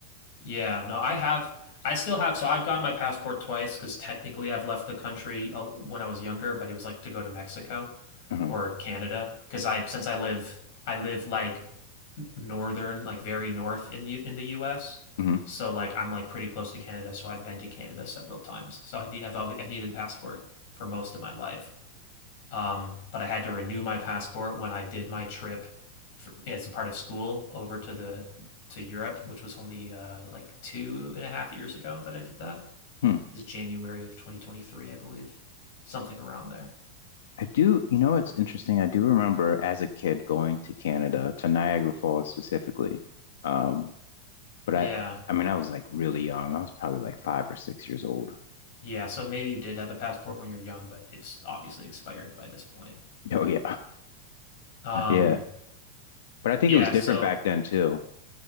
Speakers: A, on the left (about 45°); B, on the left (about 85°).
A: Yeah, no, I have I still have so I've gotten my passport twice because technically I've left the country uh, when I was younger, but it was like to go to Mexico
B: mhm,
A: or Canada because I since I live I live like northern, like very north in U- in the US.
B: mhm,
A: So like I'm like pretty close to Canada, so I've been to Canada several times. So I need, I've always I've needed a passport for most of my life. Um, but I had to renew my passport when I did my trip for, as a part of school over to the to Europe, which was only uh like two and a half years ago that I did that.
B: hmm.
A: It's January of 2023, I believe. Something around there.
B: I do, you know, it's interesting. I do remember as a kid going to Canada, to Niagara Falls specifically. Um, but
A: Yeah.
B: I, I mean, I was like really young. I was probably like five or six years old. <laughs>
A: Yeah, so maybe you did have a passport when you were young, but it's obviously expired by this point.
B: Oh yeah,
A: Um,
B: yeah. But I think
A: Yeah,
B: it was different
A: so
B: back then too.